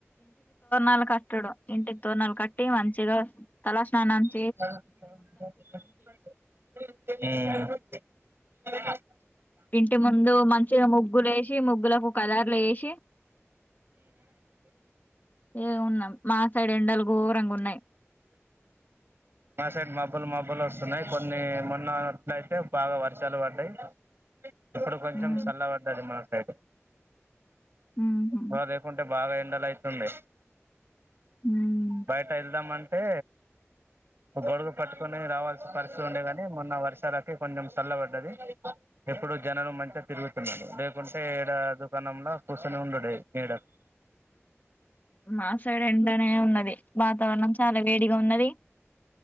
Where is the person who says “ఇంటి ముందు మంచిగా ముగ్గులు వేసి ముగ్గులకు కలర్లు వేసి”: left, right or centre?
Left